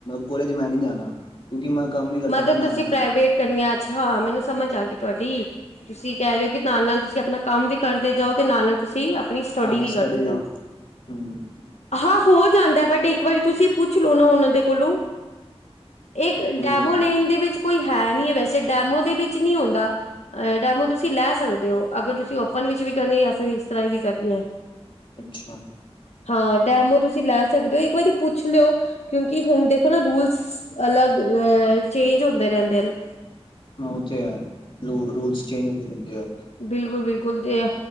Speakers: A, on the left; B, on the left.
A: ਕੋਲਜ ਚ ਮੈ ਨੀ ਜਾਣਾ। ਕਿਉਕਿ ਮੈ ਕੰਮ ਈ ਕਰਦਾ
B: ਮਤਲਬ
A: ਨਾਲ
B: ਤੁਸੀਂ
A: ਨਾਲ
B: ਪ੍ਰਾਈਵੇਟ
A: ਹੀ।
B: ਕਰਨੀਆਂ ਅੱਛਾ ਹਾਂ ਮੈਨੂੰ ਸਮਝ ਆ ਗਈ ਤੁਹਾਡੀ। ਤੁਸੀ ਕਹਿ ਰਹੇ ਹੋ ਕਿ ਨਾਲ ਨਾਲ ਤੁਸੀ ਆਪਣਾ ਕਮ ਵੀ ਕਰਦੇ ਜਾਓ ਤੇ ਨਾਲ-ਨਾਲ ਤੁਸੀ ਆਪਣੀ ਸਟੇਡੀ
A: ਹਾਂ
B: ਵੀ
A: ਸਟੱਡੀ
B: ਕਰਦੇ ਜਾਓ।
A: ਹਮ
B: ਹਾਂ ਹੋ ਜਾਦਾ ਬਟ ਇਕ ਵਾਰੀ ਤੁਸੀ ਪੁੱਛ ਲੋੋ ਨਾ ਉਹਨਾ ਦੇ ਕੋਲੋ ਇਕ
A: ਕੋਈ ਗੱਲ ਨੀ।
B: ਇਨ ਦੇ ਵਿਚ ਕੋਈ ਹੈ ਨੀ ਐ ਵੈਸੇ ਡੈਮੋ ਦੇ ਵਿਚ ਨੀ ਆਉਦਾ। ਡੈਮੋ ਤੁਸੀ ਲੈ ਸਕਦੇ ਔ ਅਗਰ ਤੁਸੀ ਓਪਨ ਵਿਚ ਵੀ ਕਰਨੀ ਜਾਂ ਫਿਰ ਇਸ ਤਰ੍ਹਾਂ ਵੀ ਕਰਨੀ ਐ।
A: ਅੱਛਾ,
B: ਹਾਂ ਡੈਮੋ ਤੁਸੀ ਲੈ ਸਕਦੇ ਔ ਇਕ ਵਾਰੀ ਪੁੱਛ ਲਿਓ। ਕਿਉਕਿ ਹੁਣ ਦੇਖੋ ਨਾ ਰੂਲਸ, ਅਲਗ ਚੇਂਜ ਹੁੰਦੇ ਰਹਿਦੇ ਨੇ।
A: ਉਹ ਤੇ ਐ, ਰੂਲਸ ਚੇਂਜ ਹੁੰਦੇ ਰਹਿਦੇ ਆ।
B: ਬਿਲਕੁਲ-ਬਿਲਕੁਲ ਤੇ